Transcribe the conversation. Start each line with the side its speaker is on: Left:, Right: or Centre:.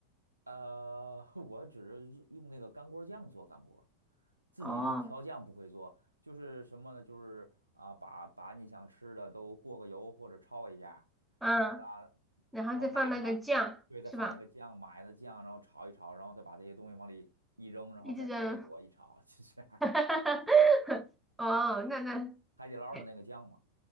Right: 呃，<laughs> 我只是用那个干锅酱做干锅，自己调酱不会做，
Centre: 哦，
Right: 就是什么呢？就是啊，把把你想吃的都过个油或者焯一下，
Centre: 啊，
Right: 然后呢，
Centre: 然后再放那个酱是吧？
Right: 然后拿出来，对，再放那个酱，买的酱，然后炒一炒，然后再把这些东西往里一扔，然后再裹一裹一炒，
Centre: 一直扔，
Right: <laughs> 就这样。
Centre: <laughs> 哦，那那，
Right: 海底捞的那个酱嘛，
Centre: 哎